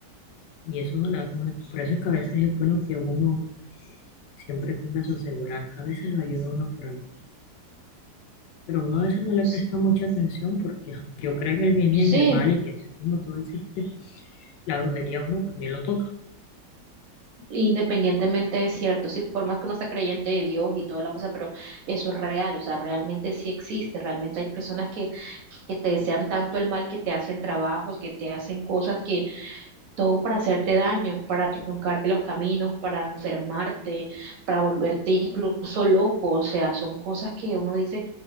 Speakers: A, on the left; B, on the right.
A: Y eso no le da como la- por eso es que a veces es bueno que uno siempre tenga su aseguranza, a veces lo ayuda a uno por algo. Pero uno a veces no le
B: S-
A: presta mucha atención porque ah, yo creo en el bien y en
B: Sí,
A: el mal y que como tú dijiste, la brujería uno también lo toca.
B: independientemente es cierto, sí, por más que uno sea creyente de Dios y toda la cosa, pero eso es real, o sea, realmente sí existe, realmente hay personas que, que te desean tanto el mal que te hacen trabajos, que te hacen cosas que todo para hacerte daño, para truncarte los caminos, para enfermarte, para volverte incluso loco, o sea, son cosas que uno dice,